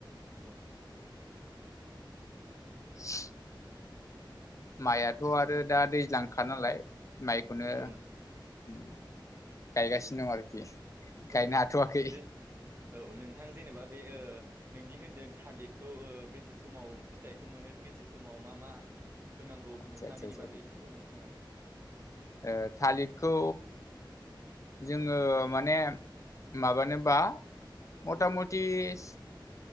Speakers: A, on the right (about 30°); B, on the left (about 40°).
A: औ
B: <unintelligible> माइयाथ' आरो दा दैज्लांखा नालाय माइखौनो
A: औ
B: उम
A: नोंथां
B: गायगासिनो
A: औ
B: दं आरोखि
A: औ
B: गायनो हाथ'वाखै
A: जों औ नोंथां जेनेबा बे ओ नोंदि होनदों थालिदखौ बेसे समाव फिथाइखौ मोनो <unintelligible> बेसे समाव मा मा होनांगौ
B: आदसा
A: नोंथाङा
B: आदसा
A: बेनि
B: आदसा
A: बागै एसे फोरमायना होनो हागोन नामा?
B: ओ थालिदखौ जोङो माने माबानोबा मता मतिस
A: औ